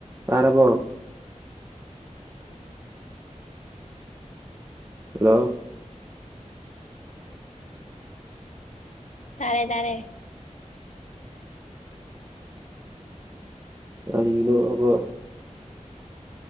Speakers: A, on the right (about 25°); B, on the left (about 65°).
A: ꯇꯔꯕ
B: ꯎꯝ
A: ꯍꯜꯂꯣ
B: ꯇꯥꯔꯦ ꯇꯥꯔꯦ
A: ꯀꯔꯤꯅꯣ ꯑꯗꯨꯒ